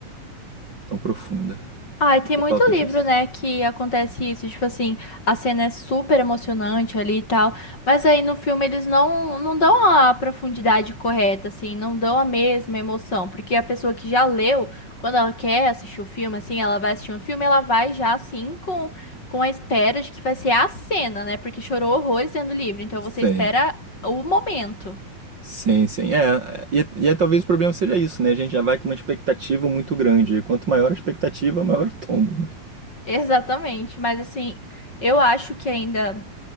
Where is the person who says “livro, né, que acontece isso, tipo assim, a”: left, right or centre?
Left